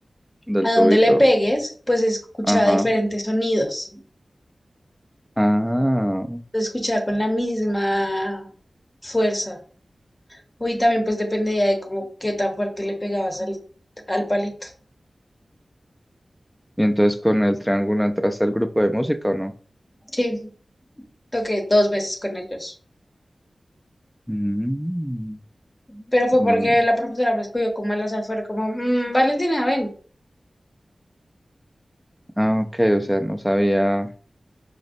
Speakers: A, in the centre; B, on the left.
A: del
B: a dónde
A: tubito.
B: le pegues, pues escucha
A: Ajá.
B: diferentes sonidos,
A: Ah.
B: se escucha con la misma fuerza. Y también pues dependía de cómo, qué tan fuerte le pegabas al, al palito.
A: Y entonces con el triángulo entraste al grupo de música, ¿o no?
B: Sí, toqué dos veces con ellos,
A: Mm.
B: pero fue
A: Mm.
B: porque la profesora me escogió como al azar, fue como, "Mm, Valentina, ven.
A: Ah, ok, o sea, no sabía